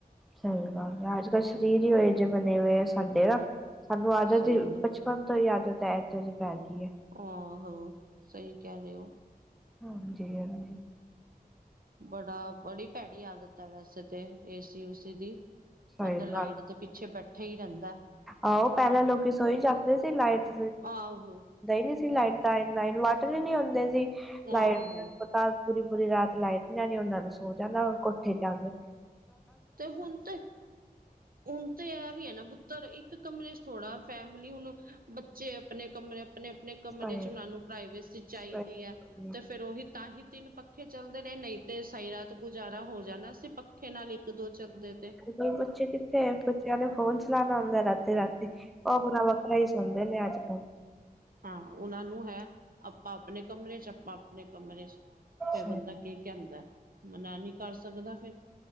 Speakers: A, in the centre; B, on the right.
A: ਸਹੀ ਗੱਲ ਆ ਅੱਜ-ਕੱਲ ਸ਼ਰੀਰ ਈ ਓਹੇ ਜੇ ਬਣੇ ਹੋਏ ਆ ਸਾਡੇ ਨਾ। ਸਾਨੂੰ ਆਦਤ
B: ਸਹੀ
A: ਈ, ਬਚਪਨ
B: ਗੱਲ
A: ਤੋਂ ਈ ਆਦਤ ਐ ਇਦਾਂ ਦੀ ਪੈ ਗਈ ਐ।
B: ਆਹੋ, ਸਹੀ ਕਹਿ ਰਹੇ ਓ।
A: ਹਾਂਜੀ-ਹਾਂ।
B: ਬੜਾ-ਬੜੀ ਭੈੜੀ ਆਦਤ ਐ ਵੈਸੇ ਤੇ, ਏਸੀ-ਉਸੀ ਦੀ।
A: ਸਹੀ
B: ਬੰਦਾ ਲਾਈਟ
A: ਗੱਲ,
B: ਦੇ ਪਿੱਛੇ ਬੈਠਾ ਹੀ ਰਹਿੰਦਾ
A: ਆਹੋ ਪਹਿਲਾਂ ਲੋਕੀ ਸੋਈ ਜਾਂਦੇ ਸੀ ਲਾਈਟ
B: ਆਹੋ।
A: ਗਈ ਨਹੀਂ ਸੀ ਲਾਈਟ ਤਾਂ ਇਨਾਆ ਇਨ ਵਾਟਰ ਈ ਨਹੀਂ ਹੁੰਦੇ ਸੀ, ਲਾਈਟ
B: ਆਹੋ
A: ਤਾਂ ਪਤਾ ਪੂਰੀ-ਪੂਰੀ ਰਾਤ ਲਾਈਟ ਨੀ ਆਣੀ, ਉਹਨਾਂ ਨੂੰ ਸੋ ਜਾਣਾ ਕੋਠੇ ਜਾਕੇ।
B: ਤੇ, ਹੁਣ ਤੇ ਹੁਣ ਤੇ ਐ ਵੀ ਆ ਨਾ ਪੁੱਤਰ, ਇੱਕ ਕਮਰੇ'ਚ ਥੋੜਾ ਫੈਮਿਲੀ ਹੁਣ ਜੇ ਆਪਣੇ ਕਮਰੇ ਅਪਣੇ-ਅਪਣੇ ਕਮਰੇ'ਚ
A: ਸਹੀ
B: ਉਹਨਾਂ ਨੂੰ ਪ੍ਰਾਈਵੇਸੀ ਚਾਹੀਦੀ
A: ਸਹੀ।
B: ਆ। ਤੇ ਫਿਰ ਉਹੀ ਤਾਂ ਹੀ ਤਿੰਨ ਪੱਖੇ ਚੱਲਦੇ ਰਹੇ, ਨਹੀਂ ਤੇ ਉਹ ਸਾਈ ਰਾਤ ਗੁਜ਼ਾਰਾ ਹੋ ਜਾਣਾ ਸੀ, ਪੱਖੇ ਨਾਲ ਇੱਕ-ਦੋ ਚੱਲਦੇ ਤੇ।
A: ਨਹੀਂ ਬੱਚੇ ਕਿੱਥੇ ਐ, ਬੱਚਿਆਂ ਨੇ ਫੋਨ ਚਲਾਣਾ ਹੁੰਦਾ ਰ੍ਹਾਤੀ-ਰ੍ਹਾਤੀ ਉਹ ਅਪਨਾ ਵੱਖਰਾ ਈ ਸੋਂਦੇ ਨੇ ਅੱਜ-ਕੱਲ।
B: ਹਾਂ, ਉਹਨਾਂ ਨੂੰ ਹੈ, ਆਪਾ ਅਪਣੇ ਕਮਰੇ'ਚ, ਆਪਾ-ਅਪਣੇ ਕਮਰੇ'ਚ। ਫੇਰ
A: ਸਹੀ
B: ਬੰਦਾ ਕੀ ਕੈਂਦਾ, ਮਨਾ ਨੀ ਕਰ ਸਕਦਾ ਫੇਰ।